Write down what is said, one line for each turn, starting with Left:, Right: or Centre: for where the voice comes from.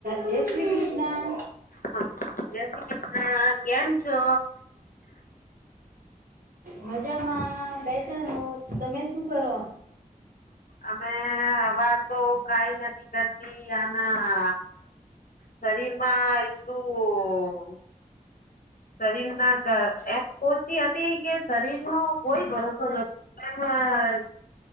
Right: જય શ્રી કૃષ્ણ
Left: હા જય શ્રી કૃષ્ણ કેમ છો?
Right: મજામાં બેટનો તમે શું કરો
Left: અમે અવાજ તો કઈ નથી કરતી આના શરીરમાં એટલું શરીર ના ક <unintelligible> ઓછી હતી કે શરીર નો કોઈ ભરોસો નથી એમાં